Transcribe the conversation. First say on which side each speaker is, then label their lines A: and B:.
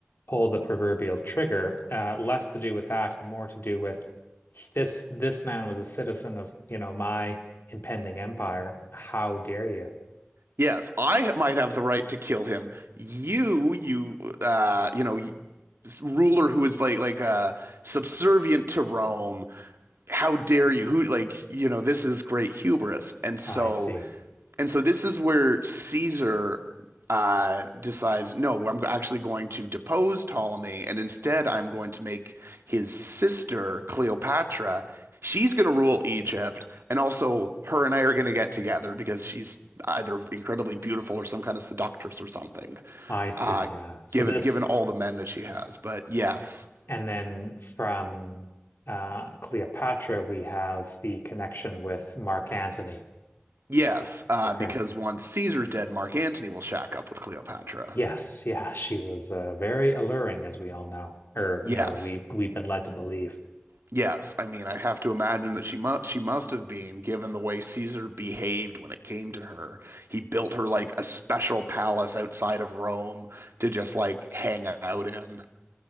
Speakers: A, on the left; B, on the right.
A: pull the proverbial trigger, uh, less to do with that and more to do with this this man was a citizen of, you know, my impending empire. How dare you?
B: Yes, I might have the right to kill him. You, you, uh, you know, ruler who is like like uh, subservient to Rome. How dare you? Who like you know? This is great hubris, and so
A: I see.
B: And so this is where Caesar uh, decides, no, I'm actually going to depose Ptolemy, and instead I'm going to make his sister Cleopatra. She's going to rule Egypt, and also her and I are going to get together because she's either incredibly beautiful or some kind of seductress or something.
A: I see.
B: Uh,
A: Yeah. So
B: given
A: this,
B: given all the men that she has, but yes,
A: and then from uh, Cleopatra, we have the connection with Mark Antony.
B: yes, uh,
A: Okay.
B: because once Caesar's dead, Mark Antony will shack up with Cleopatra.
A: Yes, yeah, she was uh, very alluring, as we all know, or
B: Yes.
A: you know, we've we've been led to believe.
B: Yes, I mean, I have to imagine that she must she must have been, given the way Caesar behaved when it came to her. He built her like a special palace outside of Rome to just like hang out in.